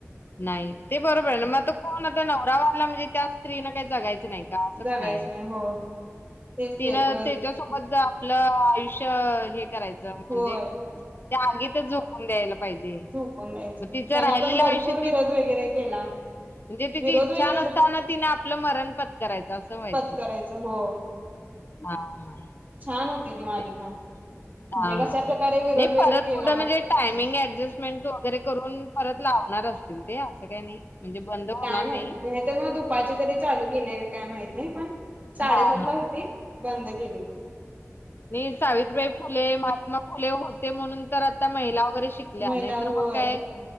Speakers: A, on the left (about 45°); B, on the right (about 35°).
A: नाही ते बरोबर आहे मग त कोण आता नवरा वारला म्हणजे त्या स्त्री न काही जगायचं नाही. का असं
B: जगायचं
A: पण आहे
B: नाही हो. तेच
A: तिनं
B: ते परत
A: त्याच्यासोबत आपलं आयुष्य हे करायचं, म्हणजे
B: होय.
A: त्या आगीतच झोकुन द्यायला पाहिजे
B: झोपून जायचं
A: मग तिचं
B: त्यांना
A: राहिलेल्या
B: पण भरपूर
A: आयुष्यात
B: विरोध वगैरे केला.
A: म्हणजे तिची
B: विरोध
A: इच्छा
B: वगैरे
A: नसताना तिने आपलं मरण पत्करायच असं व्हायचं.
B: पत्करायचं हो
A: हा हा.
B: छान होती ती मालिका
A: ते
B: म्हणजे
A: हा हा.
B: कशाप्रकारे विरोध
A: नाही
B: वगैरे
A: परत
B: केला
A: कुठं म्हणजे टायमिंग ऍडजस्टमेंट वगैरे करून परत लावणार असतील ते असं काही नाही म्हणजे बंद होणार
B: काय माहिती
A: नाही.
B: तर मग दुपाची तरी चालू केले का काय माहित नाही पण साडेसातला
A: हा हा
B: होती बंद केली त
A: ये सावित्रीबाई फुले महात्मा फुले होते म्हणून तर आता महिला वगैरे शिक ल्या
B: महिला
A: नाहीतर
B: होय
A: मग काय